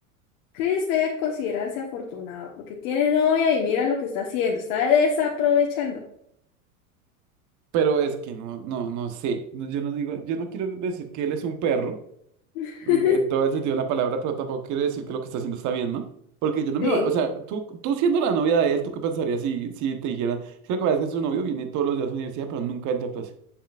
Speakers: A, on the left; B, on the right.
A: Chris debe considerarse afortunado porque tiene novia y mira lo que está haciendo, está desaprovechando.
B: pero es que no, no, no sé, No, yo no digo, yo no quiero decir que él es un perro,
A: <laughs>
B: en en todo el sentido de la palabra, pero tampoco quiero decir que lo que está haciendo está bien, ¿no? Porque yo no
A: Sí,
B: me, va- o sea, tú, tú siendo la novia de él, ¿tú qué pensarías si, si te dijeran, es que lo que pasa es que su novio viene todos los días a la universidad, pero nunca entra a clase?